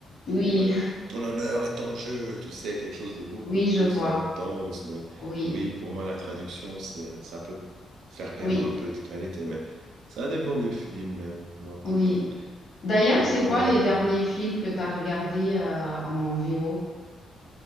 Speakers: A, on the left; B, on the right.
A: Oui,
B: euh, ton honneur est en jeu, tu sais, quelque chose de beaucoup
A: oui,
B: plus
A: je vois.
B: intense. Donc,
A: Oui,
B: oui, pour moi, la traduction, c'est, ça peut faire perdre
A: oui,
B: un peu de qualité, mais ça dépend des films, euh, moi,
A: oui.
B: je sais pas,
A: D'ailleurs,
B: ça
A: c'est
B: dépend
A: quoi
B: vraiment.
A: les derniers films que tu as regardés euh, en VO?